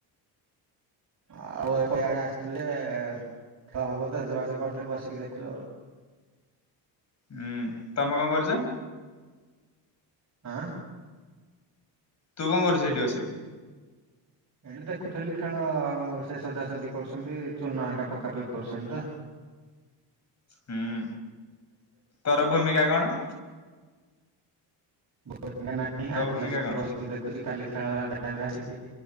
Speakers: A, on the right; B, on the left.
A: ଆଉ ଏଠେଆଡେ ଆସିଥିଲେ ଯେ ଖେଳ ହବ ତ ଯୋଗାଯୋଗ କରିଥିଲେ ବସିକି ଦେଖଛୁ ଆଉ।
B: ହୁଁ ତମେ କଣ କରୁଛ?
A: ଆଁ?
B: ତୁ କଣ କରୁଚୁ ସେଠି ବସିକି?
A: ଏଇଠି ଦେଖୁଥିଲି ଖେଳ ସେ ସଜାସଜି କରୁଛନ୍ତି ଚୂର୍ନ ଏଙ୍କା ପକା ପକି କରୁଛନ୍ତି ତ।
B: ହୁଁ ତୋର ଭୂମିକା କଣ?
A: <inaudible>
B: ତୋ
A: ଆଜି
B: ଭୂମିକା
A: ଆସି
B: କଣ?
A: ବସିକି ଦେଖୁଛି କାଲି ଖେଳହେବା ଟାଇମ୍ ରେ ଆସିକି